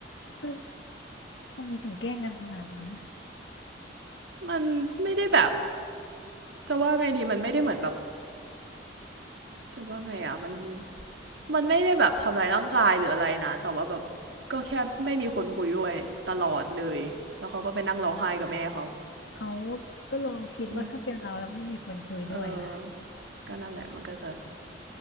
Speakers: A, on the left; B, on the right.
A: เออทำไมถึงแกล้งกันขนาดนั้นนะ
B: มันไม่ได้แบบจะว่าไงดีมันไม่ได้เหมือนแบบจะว่าไงอ่ะมัน มันไม่ได้แบบทำร้ายร่างกายหรืออะไรนะแต่ว่าแบบก็แค่ไม่มีคนคุยด้วยตลอดเลยแล้วเขาก็ไปนั่งร้องไห้กับแม่เขา
A: เอาก็ลองคิดว่าถ้าเป็นเราแล้วไม่มีคนคุยด้วยอ่ะ
B: อืมเออก็นั่นแหละมันก็จะ